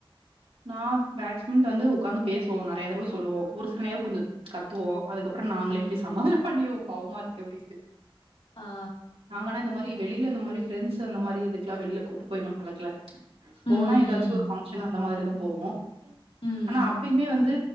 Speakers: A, on the right; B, on the left.
A: நா பேக்ஸ்மம் டல்லு உக்காந்து பேசுவோ நெ றயா தடவ சொல்லுவோ ஒரு சில நேர கொஞ்சோ கத்துவோ அதுக்கப்பற நாங்களே
B: ம்
A: போய் சமாதான பண்ணிருவோ பாவமா இருக்கு அப்டிந்து
B: ஆ
A: நாங்கனா இந்த மாரி வெளில இந்த மாரி ஃப்ரெண்ட்ஸ் அந்த மாரி இதுக்லா வெளில கூட்டு போயி இன்னு பழக்கல போனா
B: ம்
A: எதாச்சு ஒரு பங்க்ஷன் அந்த மாரிதா போவோ
B: ம்
A: ஆனா
B: ம்
A: அப்பயுமே வந்து